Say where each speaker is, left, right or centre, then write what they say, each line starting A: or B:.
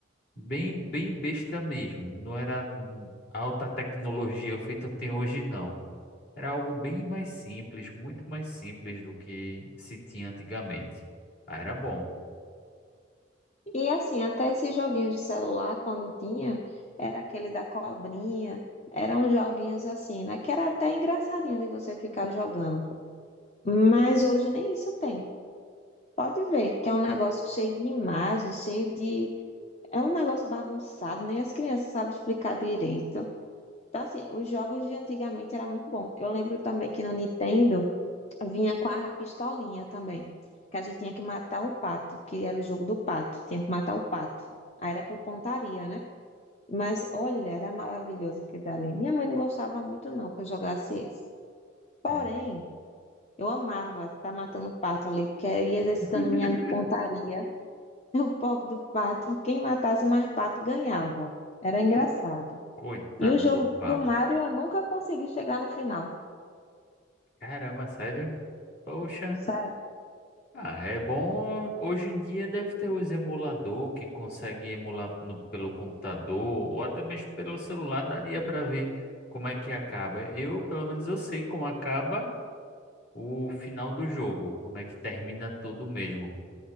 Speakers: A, on the left; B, on the left.
A: Bem, bem besta mesmo. Não era hum, alta tecnologia feita tem hoje, não. Era algo bem mais simples, muito mais simples do que se tinha antigamente. Ah, era bom.
B: E assim, até esses joguinhos de celular, quando tinha, era aquele da cobrinha, eram joguinhos assim, né? Que era até engraçadinho de você ficar jogando. Mas hoje nem isso tem. Pode ver que é um negócio cheio de imagens, cheio de. É um negócio bagunçado, nem as crianças sabem explicar direito. Então, assim, os jogos de antigamente era muito bom. Eu lembro também que no Nintendo. Vinha com a pistolinha também. Que a gente tinha que matar um pato, que era o jogo do pato. Tinha que matar o pato. Aí era por pontaria, né? Mas olha, era maravilhoso aquele dali. Minha mãe não gostava muito, não, que eu jogasse esse. Porém,
A: É.
B: eu amava estar tá matando o pato ali, porque eu ia exercitando
A: <laughs>
B: minha pontaria. <laughs> O pobre do pato, quem matasse mais pato ganhava. Era engraçado.
A: Coitado
B: E o jogo
A: do papo.
B: do Mario eu nunca consegui chegar no final.
A: Caramba, sério? Poxa.
B: Sério.
A: Ah, é bom. Hoje em dia deve ter os emulador que consegue emular no- pelo computador ou até mesmo pelo celular, daria para ver como é que acaba. Eu, pelo menos, eu sei como acaba o final do jogo, como é que termina tudo mesmo.